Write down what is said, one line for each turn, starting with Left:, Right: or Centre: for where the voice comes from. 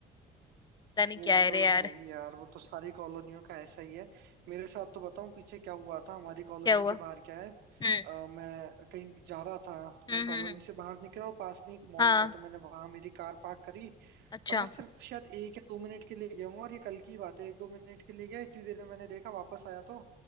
Left: पता नहीं
Right: वो
Left: क्या है
Right: तो
Left: रे यार
Right: है ही यार वो तो सारी कॉलोनियों का ऐसा ही है मेरे साथ तो बताऊं पीछे क्या हुआ था हमारी कॉलोनी
Left: क्या हुआ
Right: के बाहर क्या है
Left: हम्म
Right: अ, मैं कहीं जा रहा था तो
Left: हम्म
Right: मैं
Left: हम्म,
Right: कॉलोनी से बाहर निकला और पास में एक मॉल
Left: हाँ
Right: था तो मैंने वहां मेरी कार पार्क करी
Left: अच्छा
Right: और मैं सिर्फ शायद एक या दो मिनट के लिए गया हूँ और ये कल की बात है एक दो मिनट के लिए गया इतनी देर में मैंने देखा वापस आया तो